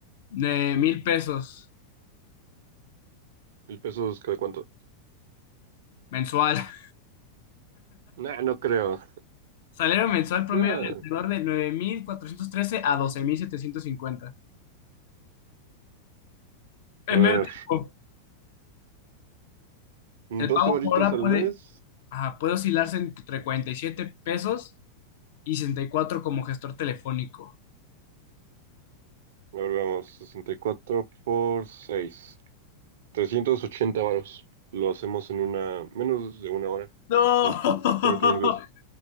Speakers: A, on the left; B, on the right.
A: De mil pesos.
B: ¿Mil pesos cada cuánto?
A: Mensual. <laughs>
B: Nah, no creo.
A: Salario mensual promedio
B: Nah,
A: de alrededor de 9.413 a doce mil setecientos cincuenta En
B: a ver,
A: medio tiempo,
B: 12
A: el pago
B: varitos
A: por hora
B: al
A: puede,
B: mes.
A: ajá, puede oscilarse entre 47 pesos y 64 como gestor telefónico.
B: A ver, vamos, 64 por 6 380 varos. Lo hacemos en una, menos de una hora,
A: No,
B: en
A: <laughs>
B: 40 minutos.